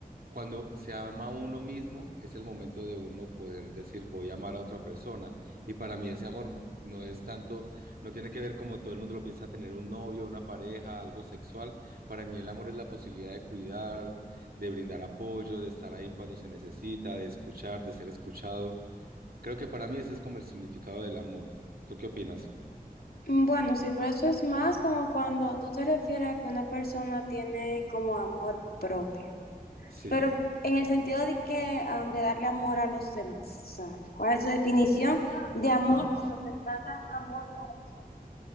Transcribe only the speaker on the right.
cuando se ama a uno mismo, es el momento de uno poder decir, voy a amar a otra persona. Y para mí ese amor no es tanto, no tiene que ver como todo el mundo lo piensa, tener un novio, una pareja, algo sexual. Para mí el amor es la posibilidad de cuidar, de brindar apoyo, de estar ahí cuando se necesita, de escuchar, de ser escuchado. Creo que para mí ese es como el significado del amor. ¿Tú qué opinas?
Sí.